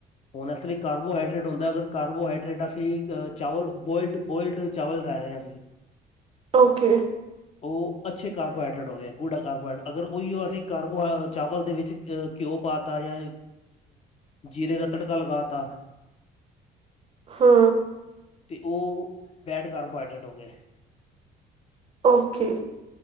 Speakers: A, on the left (about 40°); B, on the right (about 35°).
A: ਹੁਣ ਇਸ ਲਈ ਕਾਰਬੋਹਾਈਡਰੇਟ ਹੁੰਦਾ ਅਗਰ ਕਾਰਬੋਹਾਈਡਰੇਟ ਅਸੀਂ ਚਾਵਲ ਬੋਇਲਡ-ਬੋਇਲਡ ਚਾਵਲ ਲੈ ਰਹਿ ਰਹੇ ਹਾਂ ਅਸੀਂ।
B: ਓਕੇ।
A: ਉਹ ਅੱਛੇ ਕਾਰਬੋਹਾਈਡਰੇਟ ਹੋ ਗਏ ਗੂਢ ਕਾਰਬੋਹਾਈਡਟ ਅਗਰ ਉਹੀ ਅਸੀਂ ਕਾਰਬੋ ਚਾਵਲ ਦੇ ਵਿੱਚ ਘਿਓ ਪਾਤਾ ਜਾਂ ਜੀਰੇ ਦਾ ਤੜਕਾ ਲਗਾਤਾ।
B: ਹੂੰ
A: ਤੇ ਉਹ ਬੈਡ ਕਾਰਬੋਹਾਈਡਰੇਟ ਹੋ ਗਏ।
B: ਓਕੇ